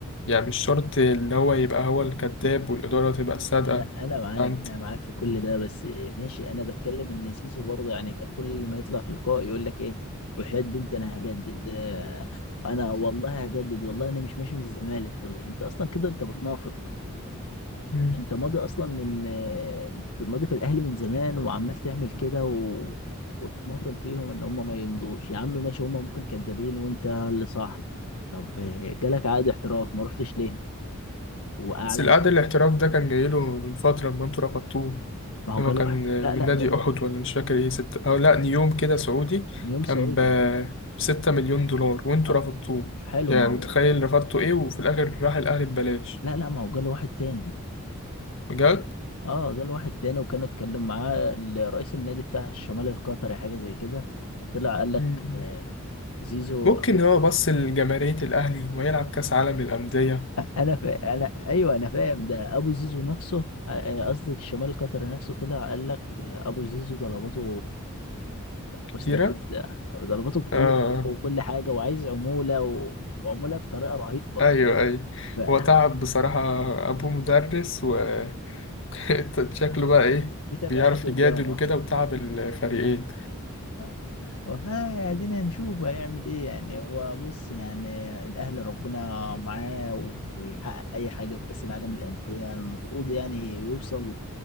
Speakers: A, on the left; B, on the left.
A: يعني مش شرط اللي هو يبقى هو الكذاب والإدارة تبقى الصادقة
B: انا انا معاك
A: أنت
B: انا معاك في كل ده بس ماشي انا بتكلم ان زيزو برضه يعني كان كل ما يطلع في اللقاء يقول لك ايه وحياة بنتي انا هجدد آه، انا والله هجدد والله انا مش ماشي من الزمالك طب انت اصلا كده انت بتنافق
A: مم.
B: انت ماضي اصلا من آه، في- ماضي في الاهلي من زمان وعمال تعمل كده و... وتماطل فيهم ان هم ما يمضوش يا عم ماشي هم ممكن كدابين وانت اللي صح طب آه، جالك عقد احتراف ما رحتش ليه واعلى
A: بس القعد
B: من
A: الاحتراف ده كان جايله من فترة لما انتوا رفضتوه
B: ما هو
A: اللي
B: جاله
A: هو كان
B: واحد لا
A: من
B: لا
A: نادي
B: جاله
A: أحد ولا مش فاكر ايه ستة أو لأ نيوم كده سعودي
B: نيوم
A: كان
B: سعودي
A: ب بستة مليون دولار وانتوا
B: آه،
A: رفضتوه
B: حلو
A: يعني
B: ما هو
A: متخيل رفضتوا ايه وفي الآخر راح الأهلي ببلاش
B: لا لا ما هو جاله واحد تاني
A: بجد؟
B: اه جاله واحد تاني وكانوا اتكلموا معاه ال- رئيس النادي بتاع الشمال القطري حاجة زي كده طلع قال لك
A: مم.
B: آه، زيزو
A: ممكن
B: ابو
A: هو بص لجماهيرية الأهلي ويلعب كأس عالم للأندية
B: انا فا... انا ايوه انا فاهم ده ابو زيزو نفسه آه، آه، قصدي الشمال القطري نفسه طلع قال لك آه، ابو زيزو ضرباته مستفزة
A: وكتيرة
B: ضرباته كتيرة
A: آه
B: وكل حاجة وعايز عمولة و... وعمولة بطريقة رهيبة
A: ايوه ايوه
B: فدي
A: هو تعب بصراحة ابوه مدرس و <laughs> شكله بقى ايه بيعرف
B: تبقى أي حد <laughs> قدامه
A: يجادل وكده وتعب الفريقين
B: آه. والله ادينا نشوف هيعمل ايه يعني هو بص يعني الاهلي ربنا معاه و- ويحقق اي حاجه في كاس العالم للانديه المفروض يعني يوصل